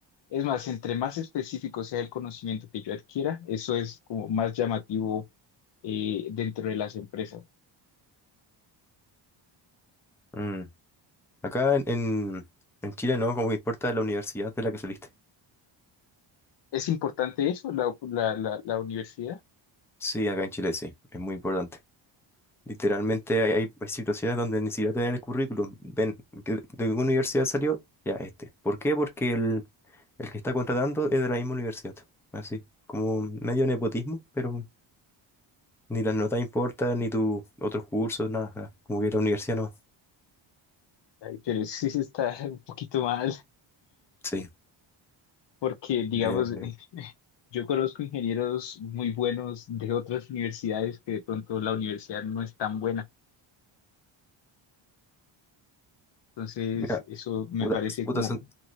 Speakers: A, on the left (about 60°); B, in the centre.
A: es más, entre más específico sea el conocimiento que yo adquiera, eso es como más llamativo eh, dentro de las empresas.
B: Mm. Acá en, en, en Chile no, como que importa la universidad de la que saliste.
A: ¿Es importante eso, la, la, la, la universidad?
B: Sí, acá en Chile sí, es muy importante. Literalmente hay, hay- hay situaciones donde ni siquiera te ven el currículum. Ven, ¿qué- ¿de qué universidad salió? Ya, este. ¿Por qué? Porque el, el que está contratando es de la misma universidad. Así, como medio nepotismo, pero ni las notas importan, ni tus otros cursos, nada, nada. Como que la universidad no.
A: Ay, pero sí se está <laughs> un poquito mal,
B: Sí.
A: porque digamos,
B: Bien, bien.
A: <laughs> yo conozco ingenieros muy buenos de otras universidades que de pronto la universidad no es tan buena. Entonces,
B: Mira,
A: eso me
B: puta,
A: parece
B: puta
A: como,
B: San-